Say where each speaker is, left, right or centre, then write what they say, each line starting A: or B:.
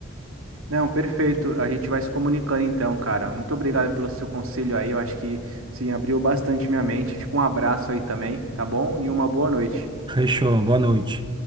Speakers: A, on the right (about 75°); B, on the right (about 20°).
A: Não, perfeito. A gente vai se comunicando então, cara. Muito obrigado pelo seu conselho aí. Eu acho que sim, abriu bastante minha mente. Fica um abraço aí também, tá bom? E uma boa noite.
B: Fechou. Boa noite.